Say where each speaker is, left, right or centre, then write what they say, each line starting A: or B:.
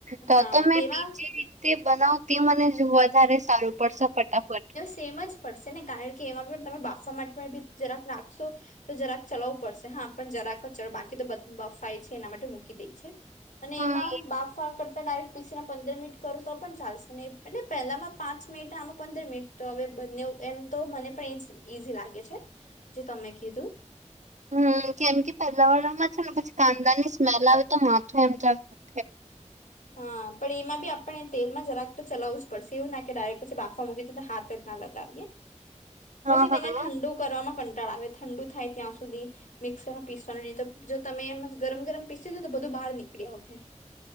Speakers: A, on the right; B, on the left.
A: તો
B: હા
A: તો મેં
B: તેમાં
A: બીજી રીતે બનાવતી મને જોવા ધારે સારુ પડશે ફટાફટ
B: તેમજ પડશે ને, કારણ કે એમાં પણ તમે બાફવા માટે પણ બી જરાક રાખશો તે તો જરાક ચલાવું પડશે, હા પણ જરાક જ. બાકી તો બફાય છે એના માટે મૂકી દે છે. અને
A: હમ્મ
B: એમાં બાફવા કરતા ડાઈરેક પીસીને પંદર મિનિટ કરુ તો પણ ચાલશે, ને એ એટલે પહેલામાં પાંચ મિનિટ ને આમાં પંદર મિનિટ તો હવે બંનેવ તો એમ તો મને પણ એ ઈઝી લાગે છે. જો તમે કીધું
A: હમ કેમ કે પેલ્લાવાળામાં છે ને પછી કાંદા ની સ્મેલ આવે તો માથું એમ ચડતું
B: હા પણ એમાં બી આપણે તેલમાં જરાક તો ચલાવું જ પડશે. એવું ના કે ડાયરેક્ટ પછી બાફા મૂકી તો હાથ ના લગાવીએ.
A: હા
B: પછી
A: હા
B: તેને ઠંડુ કરવામાં કંટાળ આવે ઠંડુ થાય ત્યાં સુધી મિક્સરમાં પીસવાનું. નહી તો જો તમે એમજ ગરમ ગરમ પીસી દીધુ ને તો બધું બહાર નીકળી આવહે.